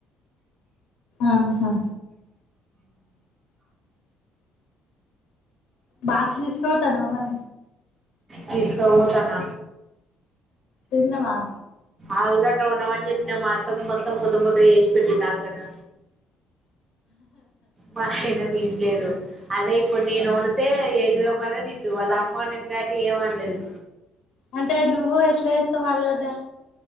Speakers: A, on the left (about 75°); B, on the right (about 25°).
A: ఆహా బాక్స్ తీసుకుపోతున్నావా మరి
B: తీసుకపోతన్న
A: తిన్నవా
B: ఆల్గా వుండమని చెప్పిన మోత్తం మొత్తం ముద ముద చేసి పెట్టింది ఆలుగడ్డ <unintelligible> తిట్లేదు అదే ఇప్పుడు నేను వండితే, ఇరో మార్గా తిట్టు వాళ్ళ అమ్మ వండింది కాబట్టి ఏమనలేదు
A: అంటే నువ్వు ఎట్లా చేస్తావ్ ఆలుగడ్డ